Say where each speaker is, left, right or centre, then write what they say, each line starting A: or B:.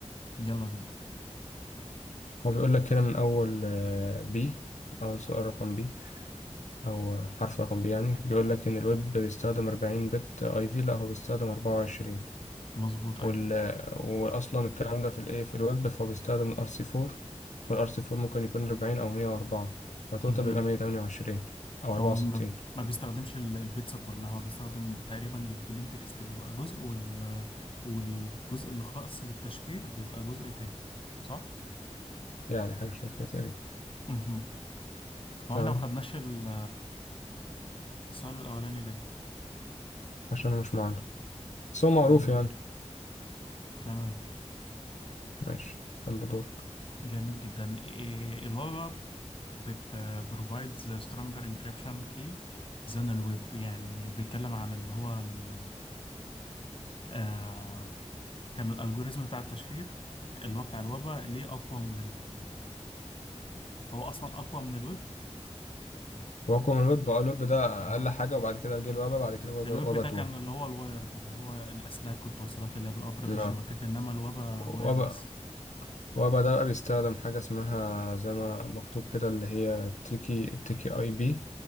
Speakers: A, on the left; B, on the left.
A: يلا بينا
B: هو بيقول لك هنا من أول بي أول سؤال رقم بي أو حرف رقم بي يعني بيقول لك إن الويب بيستخدم 40 بت أي في لا هو بيستخدم 24
A: مظبوط ايوه
B: وال... واصلا الكلام ده في الايه في الويب فهو بيستخدم الار سي 4 والار سي 4 ممكن يكون 40 او 104 فتوتال
A: مهم.
B: بيبقى 128 او 64
A: هو ما ما بيستخدمش ال- البيتزا كلها هو بيستخدم تقريبا البلين تكست بيبقى جزء وال والجزء اللي خاص بالتشفير بيبقى جزء تاني صح؟
B: يعني حاجه شبه كده تقريبا
A: مهم. هو
B: تمام
A: احنا ما خدناش ال- السؤال الاولاني ليه؟
B: عشان هو مش معانا بس هو معروف
A: جميل
B: يعني
A: تمام
B: ماشي يلا دورك
A: جميل جدا إيه، ال Web App بت provides a stronger encryption key than ال Web يعني بيتكلم عن اللي هو ال آه كان الالجوريزم بتاع التشفير اللي هو بتاع الويب ليه اقوى من ال آه، هو اصلا اقوى من الويب
B: واقوى من الويب اه الويب ده
A: اها
B: اقل حاجه وبعد كده جه الويب بعد كده ويب
A: الويب
B: ويب
A: ده
B: 2
A: كان اللي هو الوايرد اللي هو الاسلاك والتوصيلات اللي بالابراج
B: اه
A: الشبكات انما الويب وايرلس
B: ويب ويب ده بقى بيستخدم حاجه اسمها زي ما مكتوب كده اللي هي تيكي تيكي اي بي